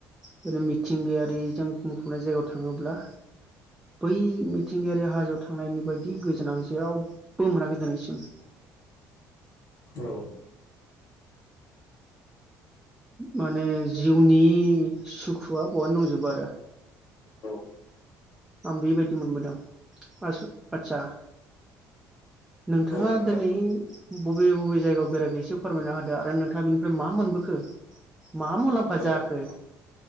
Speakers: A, in the centre; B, on the left (about 60°).
A: बिनो मिथिंगायारिजों <unintelligible> फबनाय जायगायाव थाङोब्ला बै मिथिंगायारि हाजोआव थांनायनि बायदि गोजोन आं जेरावबो मोनाखै दिनैसिम
B: औ
A: माने जिउनि सुखुआ बहायनो दंजोबो आरो
B: औ
A: आं बेबायदि मोनबोदों आदसा आदसा नोंथाङा
B: औ नोंथां
A: दिनै बबे बबे जायगायाव बेरायखो एसे फोरमायना होदो आरो नोंथाङा बेनिफ्राय मा मोनबोखो मा मुलाम्फा
B: औ
A: जायाखो